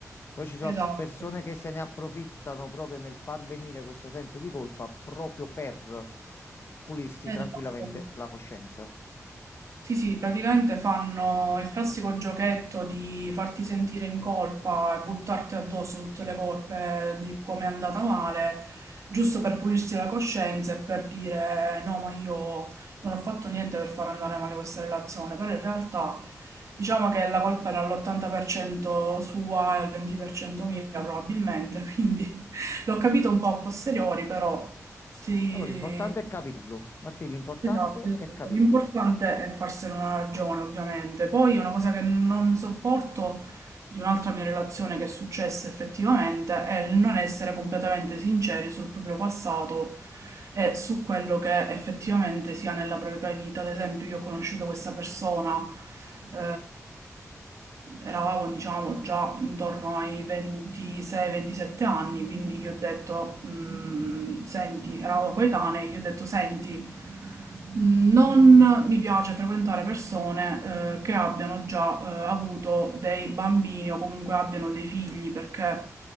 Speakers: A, on the left (about 45°); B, on the right (about 65°).
A: Poi ci sono
B: Esatto,
A: persone che se ne approfittano proprio nel far venire questo senso di colpa proprio per pulirsi
B: esatto.
A: tranquillamente la coscienza.
B: Sì, sì, praticamente fanno il classico giochetto di farti sentire in colpa e buttarti addosso tutte le colpe di come è andata male, giusto per pulirsi la coscienza e per dire no, ma io non ho fatto niente per far andare male questa relazione, però in realtà diciamo che la colpa era all'80% sua e al 20% mia probabilmente, <laughs> quindi l'ho capito un po' a posteriori, però sì,
A: Allora, l'importante è capirlo. Martì, l'importante
B: Esatto, esatto.
A: è capirlo.
B: l'importante è farsene una ragione, ovviamente. Poi una cosa che non sopporto di un'altra mia relazione che è successa effettivamente è il non essere completamente sinceri sul proprio passato e su quello che effettivamente si ha nella propria vita. Ad esempio, io ho conosciuto questa persona, eh, eravamo diciamo già intorno ai 26-27 anni, quindi gli ho detto, "Mm, senti, eravamo coetanei, gli ho detto, senti. Non mi piace frequentare persone, eh, che abbiano già, eh, avuto dei bambini o comunque abbiano dei figli perché